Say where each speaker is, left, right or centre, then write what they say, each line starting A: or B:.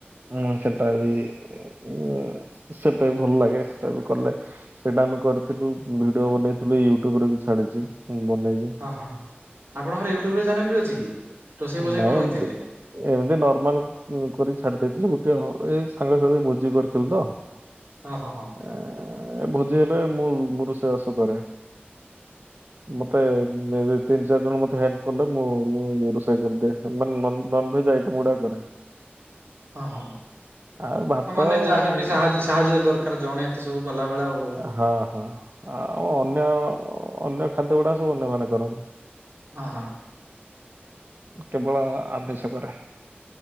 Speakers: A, on the right; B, on the right.
A: ମୁଁ ସେଟା ବି ଉଅ, ସେଟା ଭଲ ଲାଗେ, ସେଟା ବି କଲେ। ସେଇଟା ଆମେ କରିଥିଲୁ ଭିଡିଓ ବନେଇଥିଲୁ ୟୁଟ୍ୟୁବ ରେ ବି ଛାଡ଼ିଛି ମୁଁ ବନେଇକି।
B: ହଁ, ହଁ, ହଁ ଆପଣଙ୍କର ୟୁଟ୍ୟୁବ ରେ ଚ୍ୟାନେଲ୍ ବି ଅଛି କି? ରୋଷେଇ ବୋଷେଇ
A: ନାାଇ
B: କରନ୍ତିଥିଲେ
A: ଏମତି ଏମିତି ନର୍ମାଲ୍। ମୁଁ କରି ଛାଡି ଦେଇଥିଲି ଗୁଟିଏ ହଁ ଏଇ ସାଙ୍ଗ ସାଙ୍ଗେ ଭୋଜି କରିଥିଲୁ ତ।
B: ହଁ, ହଁ, ହଁ।
A: ଆ, ଏ ଭୋଜି ହେଲେ ମୁଁ ମୁଁ ରୋଷେଇବାସ କରେ। ମୋତେ ଏବେ ତିନି ଚାରି ଜଣ ମୋତେ ହେଲ୍ପ କଲେ ମୁଁ ମୁଁ ରୋଷ ଥାକୁ ଦେଖେ ମାନେ ନନ୍ ନନଭେଜ୍ ଆଇଟମ୍ ଗୁଡା କରେ।
B: ହଁ, ହଁ
A: ଆଉ ଭାତ
B: ତ ମାନେ ଯାହାହେଲେ ବି
A: ଉଁ,
B: ଟିକେ ସା- ସାହାଯ୍ୟ ଦରକାର, ଜଣେ ଏତେ ସବୁ କଲାବେଳେ ଆଉ
A: ହଁ, ହଁ। ଆ, ଆଉ ଅନ୍ୟ ଅନ୍ୟ ଖାଦ୍ୟ ଗୁଡା ସବୁ ଅନ୍ୟମାନେ କରନ୍ତି।
B: ହଁ ହଁ।
A: କେବଳ ଆବଶକରେ।